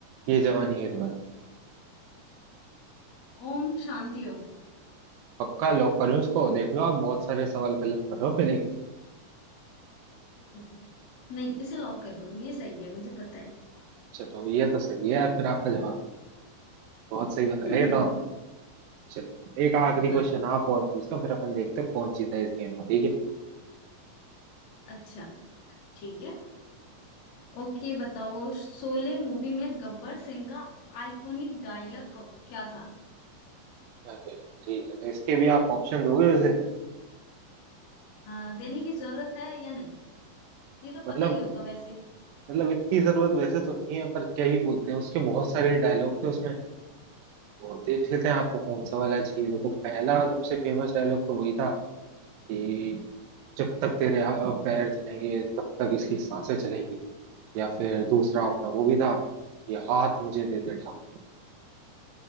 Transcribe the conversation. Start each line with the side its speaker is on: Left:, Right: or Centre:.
Right: ये जवानी है दीवानी
Left: ओम शांति ओम
Right: पक्का लॉक करूँ इसको देख लो आप बहुत सारे सवाल गलत कर रहे हो पहले ही।
Left: <laughs> हम्म, नहीं इसे लॉक कर दो ये सही है मुझे पता
Right: चलो ये तो सही है यार फिर आपका जवाब बहुत सही बताया
Left: है
Right: ये तो आपने
Left: <laughs>
Right: चलो एक आखिरी
Left: हाँ
Right: क्वेश्चन आप और पूछ लो फिर अपन देखते हैं कौन जीता इस गेम को ठीक है
Left: अच्छा ठीक है ओके बताओ शोले मूवी में गब्बर सिंह का आइकॉनिक डायलॉग क्या था
Right: अरे ठीक है तो इसके भी आप ऑप्शन दोगे वैसे
Left: आ, देने की जरूरत है या नहीं ये तो पता
Right: मतलब
Left: ही होगा वैसे
Right: मतलब इतनी जरूरत वैसे तो नहीं है पर क्या ही बोलते हैं उसके बहुत सारे डायलॉग थे उसमें बहुत ही अच्छे थे आपको कौन सा वाला चाहिए देखो पहला सबसे फेमस डायलॉग तो वही था कि जब तक तेरे हा- पैर चलेंगे तब तक इसकी सांसें चलेंगी या फिर दूसरा अपना वो भी था ये हाथ मुझे दे दे ठाकुर